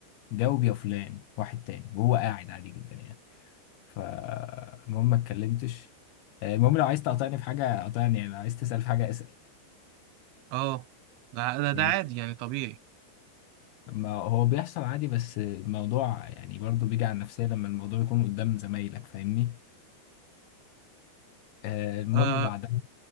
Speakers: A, on the left (about 80°); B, on the right (about 85°).
A: جاوب يا فلان واحد تاني وهو قاعد عادي جدا يعني فالمهم ما اتكلمتش آه، المهم لو عايز تقاطعني في حاجه قاطعني يعني لو عايز تسال في حاجه اسال
B: اه ده ده ده
A: يعني
B: عادي يعني طبيعي
A: ما هو بيحصل عادي بس الموضوع يعني برضو بيجي على النفسيه لما الموضوع يكون قدام زمايلك فاهمني آه، المهم
B: اه
A: بعدها